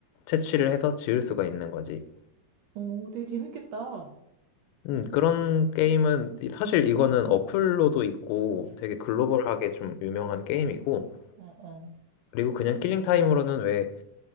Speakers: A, on the left; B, on the right.
A: 채취를 해서 지을 수가 있는 거지.
B: 어, 되게 재밌겠다. 어,
A: 음, 그런 게임은, 이- 사실 이거는 어플로도 있고 되게 글로벌하게 좀 유명한 게임이고,
B: 어, 어.
A: 그리고 그냥 킬링 타임으로는 왜,